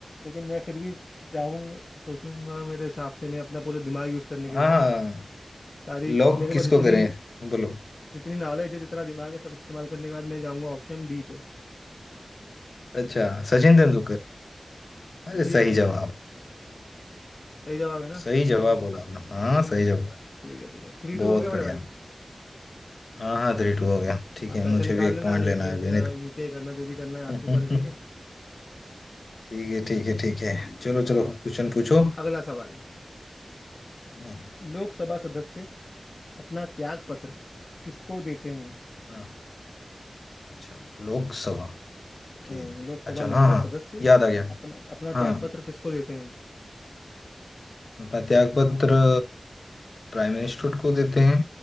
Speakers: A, on the left; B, on the left.
A: लेकिन मैं फिर भी चाहूंगा सोचूंगा मेरे हिसाब से मैं अपना पूरा दिमाग यूज करने के
B: हाँ
A: बाद
B: हाँ
A: सारी
B: लॉक
A: मेरे
B: किसको
A: पास जितनी
B: करें बोलो
A: जितनी नॉलेज है जितना दिमाग है सब इस्तेमाल करने के बाद मैं जाऊंगा ऑप्शन डी पे
B: अच्छा सचिन तेंदुलकर अरे
A: जी
B: सही जवाब
A: सही जवाब है ना
B: सही जवाब बोला आपने हाँ
A: जी जी
B: सही जवाब
A: ठीक है ठीक है थ्री
B: बहुत
A: टू हो गया बड़े
B: बढ़िया
A: भाई
B: हाँ हाँ थ्री टू हो गया ठीक
A: आप
B: है
A: पैसे
B: मुझे
A: निकाल
B: भी एक
A: लेना
B: पॉइंट
A: आज एटीएम
B: लेना है अभी
A: से या
B: नहीं
A: यूपीआई करना जो भी करना है आपके
B: तो
A: ऊपर
B: <laughs>
A: है ठीक है
B: ठीक है ठीक है ठीक
A: ठीक
B: है चलो
A: है, चलो
B: चलो क्वेश्चन पूछो
A: अगला सवाल
B: हाँ
A: लोकसभा सदस्य अपना त्याग पत्र किसको देते हैं
B: हाँ, अच्छा लोकसभा के
A: अम, लोकसभा
B: अच्छा
A: मेंबर
B: हाँ हाँ
A: सदस्य
B: याद आ गया
A: अपना अपना त्याग
B: हाँ
A: पत्र किसको देते हैं
B: अपना त्याग पत्र प्राइम मिनिस्टर को देते हैं